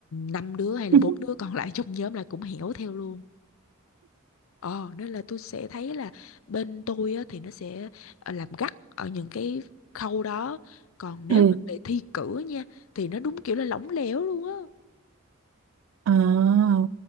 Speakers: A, on the left; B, on the right.
A: năm đứa hay là
B: <laughs>
A: bốn đứa còn lại trong nhóm là cũng hẻo theo luôn ờ nên là tôi sẽ thấy là bên tôi á thì nó sẽ ờ, làm gắt ở những cái khâu đó còn nếu
B: ừ
A: mà về thi cử nha thì nó đúng kiểu là lỏng lẻo luôn á
B: à,